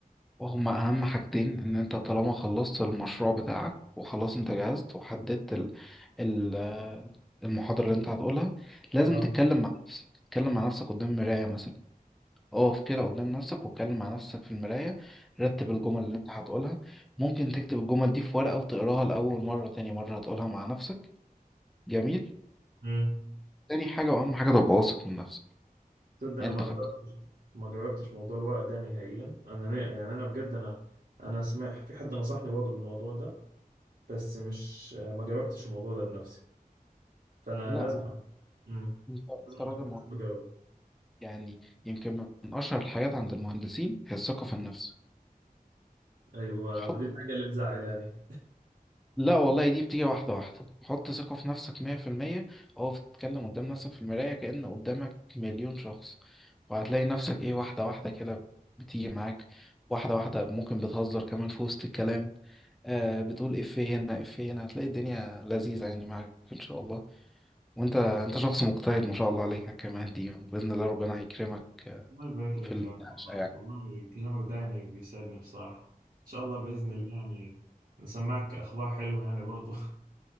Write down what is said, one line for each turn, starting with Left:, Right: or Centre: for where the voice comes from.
Centre: وهما أهم حاجتين إن أنت طالما خلصت المشروع بتاعك وخلاص أنت جهزت وحددت ال ال المحاضرة اللي أنت هتقولها لازم
Right: اه
Centre: تتكلم مع نفسك تتكلم مع نفسك قدام المراية مثلا اقف كده قدام نفسك واتكلم مع نفسك في المراية رتب الجمل اللي أنت هتقولها ممكن تكتب الجمل دي في ورقة وتقراها لأول مرة تاني مرة هتقولها مع نفسك جميل
Right: امم
Centre: تاني حاجة وأهم حاجة تبقى واثق من نفسك
Right: تصدق
Centre: يعني
Right: انا ما
Centre: أنت
Right: جربتش
Centre: خ-
Right: ما جربتش موضوع الورق ده نهائيا انا يعني انا بجد انا انا سمعت في حد نصحني برضه بالموضوع ده بس مش ما جربتش الموضوع ده بنفسي فانا
Centre: لا
Right: لازم امم
Centre: انت افتراض
Right: لازم لازم اجربه
Centre: يعني يمكن من أشهر الحاجات عند المهندسين هي الثقة في النفس
Right: ايوه
Centre: حط
Right: ما دي الحاجه اللي مزعلاني
Centre: لا والله دي بتيجي واحدة واحدة حط ثقة في نفسك مية في المية أو تتكلم قدام نفسك في المراية كأن قدامك مليون شخص وهتلاقي نفسك إيه واحدة واحدة كده بتيجي معاك واحدة واحدة ممكن بتهزر كمان في وسط الكلام آه بتقول إفيه هنا إفيه هنا هتلاقي الدنيا لذيذة يعني معاك إن شاء الله وأنت أنت شخص مجتهد ما شاء الله عليك كمان دي بإذن الله ربنا هيكرمك
Right: الله يبارك لك
Centre: في المناقشة
Right: يا أبو والله
Centre: يعني
Right: والله كلامك ده يعني بيسعدني بصراحة إن شاء الله بإذن الله يعني نسمعك أخبار حلوة يعني برضه <laughs>